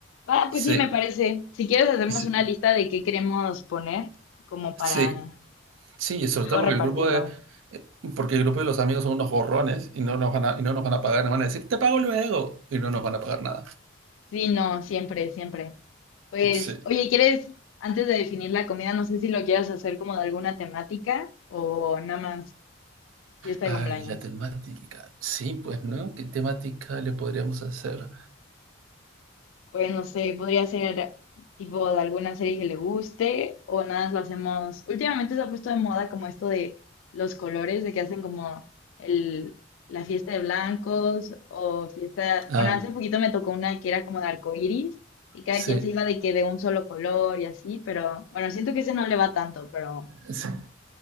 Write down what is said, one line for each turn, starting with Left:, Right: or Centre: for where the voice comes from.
Left: Ah,
Right: Sí,
Left: pues sí, me parece. Si quieres, hacemos
Right: sí,
Left: una lista de qué queremos poner, como para
Right: sí. Sí, sobre
Left: luego
Right: todo porque
Left: repartirlo.
Right: el grupo de, eh, porque el grupo de los amigos son unos gorrones y no nos van a, y no nos van a pagar, nos van a decir, te pago luego, y no nos van a pagar nada.
Left: Sí, no, siempre, siempre. Pues,
Right: Sí.
Left: oye, ¿quieres, antes de definir la comida, no sé si lo quieras hacer como de alguna temática o nada más fiesta
Right: Ay,
Left: de cumpleaños?
Right: la temática. Sí, pues, ¿no? ¿Qué temática le podríamos hacer?
Left: Pues no sé, podría ser tipo de alguna serie que le guste o nada más lo hacemos. Últimamente se ha puesto de moda como esto de los colores, de que hacen como el, la fiesta de blancos o fiesta.
Right: Ah,
Left: Bueno, hace poquito me tocó una que era como de arcoíris y cada
Right: sí,
Left: quien se iba de que de un solo color y así, pero bueno, siento que ese no le va tanto, pero
Right: sí.